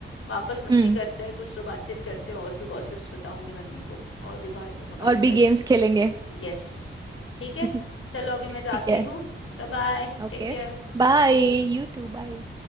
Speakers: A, on the left; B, on the right.
A: वापस मस्ती
B: हम्म
A: करते हैं कुछ तो बातचीत करते हैं और भी गॉसिप्स बताऊंगी मैं तुमको और भी बाहर को काफ़ी
B: और
A: सारी
B: भी गेम्स
A: चीज़
B: खेलेंगे
A: यस ठीक है
B: <laughs>
A: चलो अभी मैं जाती
B: ठीक है
A: हूँ Bye bye
B: Okay
A: take care
B: Bye You too bye